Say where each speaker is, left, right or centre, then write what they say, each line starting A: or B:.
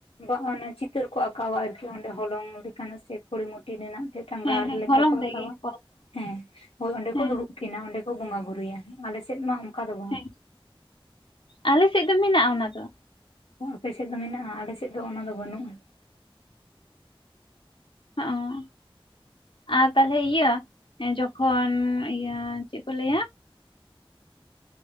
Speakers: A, on the left; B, on the left.
A: ᱫᱟᱜ ᱢᱟᱱᱮ ᱪᱤ ᱪᱤᱛᱟᱹᱨ ᱠᱚ ᱟᱸᱠᱟᱣᱟ ᱟᱨᱠᱤ ᱚᱸᱰᱮ ᱦᱚᱞᱚᱝ ᱞᱮᱠᱟᱱᱟᱜ ᱥᱮ ᱠᱷᱚᱲᱤᱢᱚᱴᱤ ᱨᱮᱱᱟᱜ᱾ ᱪᱮᱫᱪᱚᱝ ᱜᱟᱨ
B: ᱦᱮᱸ ᱦᱮᱸ
A: ᱞᱮᱠᱟ
B: ᱦᱚᱞᱚᱝ
A: ᱠᱚ ᱟᱠᱟᱣᱟ
B: ᱛᱮᱜᱮ ᱠᱚ
A: ᱦᱮᱸ ᱦᱳᱭ ᱚᱸᱰᱮ ᱠᱚ
B: ᱦᱮᱸ
A: ᱫᱩᱲᱩᱵ ᱠᱤᱱᱟ ᱚᱸᱰᱮ ᱠᱚ ᱵᱚᱸᱜᱟ ᱵᱩᱨᱩᱭᱟ, ᱟᱞᱮᱥᱮᱫ ᱢᱟ ᱚᱝᱠᱟ ᱫᱚ ᱵᱟᱝ᱾
B: ᱦᱮᱸ ᱟᱞᱮ ᱥᱮᱫ ᱫᱚ ᱢᱮᱱᱟᱜᱼᱟ ᱚᱱᱟ ᱫᱚ᱾
A: ᱚ ᱟᱯᱮ ᱥᱮᱫ ᱫᱚ ᱢᱮᱱᱟᱜᱼᱟ? ᱟᱞᱮ ᱥᱮᱫ ᱫᱚ ᱚᱱᱟᱫᱚ ᱵᱟᱹᱱᱩᱜᱼᱟ᱾
B: ᱦᱚᱸᱜᱼᱚ᱾ ᱟᱨ ᱛᱟᱦᱚᱞᱮ ᱤᱭᱟᱹ ᱮᱸ ᱡᱚᱠᱷᱚᱱ ᱤᱭᱟᱹ ᱪᱮᱫ ᱠᱚ ᱞᱟᱹᱭᱟ
A: <inaudible>